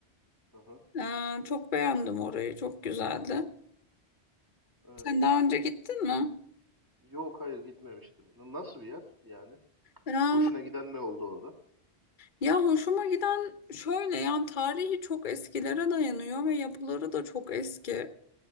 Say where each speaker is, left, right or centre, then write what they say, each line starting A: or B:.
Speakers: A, on the right; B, on the left.
A: Aha,
B: E, çok beğendim orayı, çok güzeldi.
A: evet.
B: Sen daha önce gittin mi?
A: Yok hayır gitmemiştim. N- Nasıl bir yer yani?
B: Ya,
A: Hoşuna giden ne oldu orada?
B: ya hoşuma giden şöyle yani tarihi çok eskilere dayanıyor ve yapıları da çok eski.